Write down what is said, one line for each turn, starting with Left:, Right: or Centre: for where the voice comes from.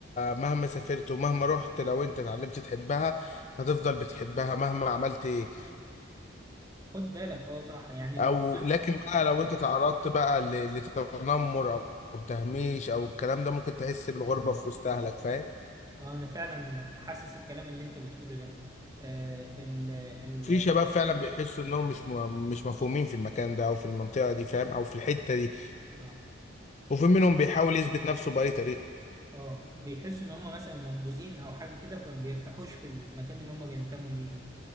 Left: مهما سافرت ومهما رحت لو انت اتعلمت تحبها هتفضل بتحبها مهما عملت ايه
Right: خد بالك اه صح يعني ال...
Left: او لكن بقى لو انت تعرضت بقى ل- لتنمر او أو تهميش او الكلام ده ممكن تحس بالغربة في وسط اهلك فاهم
Right: اه انا فعلا حاسس الكلام اللي انت بتقوله ده آه ال ال
Left: في شباب فعلا بيحسوا انهم مش م- مش مفهومين في المكان ده او في المنطقة دي فاهم او في الحتة دي
Right: اه
Left: وفي منهم بيحاول يثبت نفسه بأي طريقة
Right: اه بيحسوا ان هم مثلا منبوذين او حاجه كده فما بيرتاحوش في المكان اللي هم بينتموا ليه ده